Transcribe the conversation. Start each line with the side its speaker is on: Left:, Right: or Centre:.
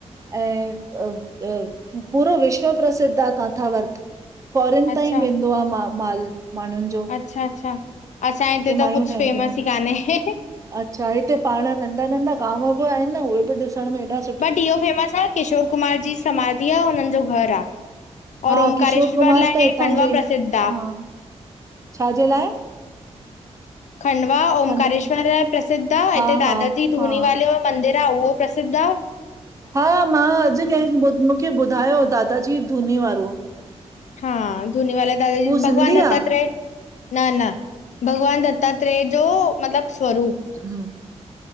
Right: ऐं अ अ पूरो विश्व प्रसिद्ध आ काथा वर्क। फॉरन
Left: अच्छा
Right: ताईं वेंदो आ मा माल माण्हुन
Left: अच्छा अच्छा असांजे हिते
Right: मायूं
Left: त कुछ
Right: ठाहींदियूं
Left: फेमस
Right: आहिनि।
Left: ई कान्हे।
Right: अच्छा हिते पाण नंढा नंढा गांव बि आहिन न उहे बि ॾिसण में हेॾा
Left: बट इहो फेमस आ किशोर कुमार जी समाधी आ। हुनन जो घर आ।
Right: हा
Left: और ओमकारेश्वर
Right: किशोर कुमार
Left: लाए
Right: त
Left: हे
Right: हितां
Left: खंडवा
Right: जो ई
Left: प्रसिद्ध
Right: हा
Left: आ।
Right: छाजे लाए?
Left: खंडवा ओमकारेश्वर
Right: खंडु
Left: लाए प्रसिद्ध आ हिते
Right: हा हा
Left: दादा जी धूनी
Right: हा
Left: वालो मंदिर आ उहो प्रसिद्ध आ।
Right: हा मां अॼ केह मुखे ॿुधायो दादाजी धूनी वारो।
Left: हा धूनी वाले दादाजी,
Right: हू सिंधी
Left: भॻवान दत्तात्रे।
Right: आ?
Left: न न भगवान दत्तात्रे जो मतलब स्वरू
Right: हू,